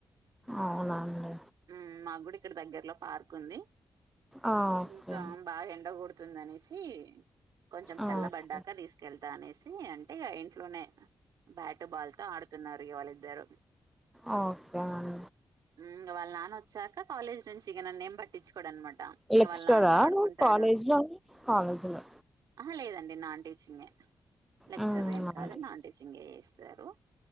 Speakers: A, in the centre; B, on the right.
A: అవునా అండి
B: ఉమ్ మాక్కూడా ఇక్కడ దగ్గరలో పార్క్ ఉంది
A: ఆ ఓకే
B: ఇంకా బాగా ఎండ కొడుతుంది అనేసి కొంచెం
A: ఆ
B: చల్లబడ్డాక
A: ఓకే
B: తీసుకెళ్తా అనేసి అంటే ఇంట్లోనే బ్యా ట్ బాల్ తో ఆడుతున్నారు ఇగ వాళ్ళిద్దరు
A: ఓకే అం
B: మ్మ్ ఇగ వాళ్ళ నాన్న వచ్చాక కాలేజ్ నుంచి ఇగ నన్ను ఏమ్ పట్టించుకోడు అనమాట ఇంగ
A: లెక్చరరా
B: వాళ్ళ నాన్నతో ఆడుకుంటాడు.
A: కాలేజ్ లో కాలేజ్ లో
B: ఆహా లేదండి నాన్ టీచింగే లెక్చరర్
A: హ్మ్
B: ఏం
A: అవును.
B: కాదు నాన్ టీచింగ్ ఇస్తారు